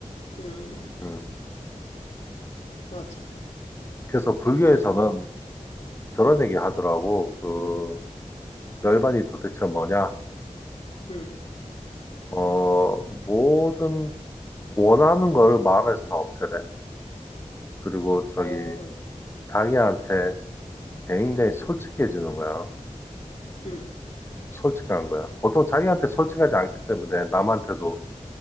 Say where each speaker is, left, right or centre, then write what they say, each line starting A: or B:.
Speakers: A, on the left (about 60°); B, on the left (about 20°).
A: 음,
B: 음.
A: 맞아.
B: 그래서 불교에서는
A: 어,
B: 저런 얘기 하더라고. 그 열반이 도대체 뭐냐?
A: 음,
B: 어, 모든 원하는 거를 마음에서 다 없애래. 그리고 저기
A: 어,
B: 자기한테 굉장히 솔직해지는 거야.
A: 음,
B: 솔직한 거야. 보통 자기한테 솔직하지 않기 때문에 남한테도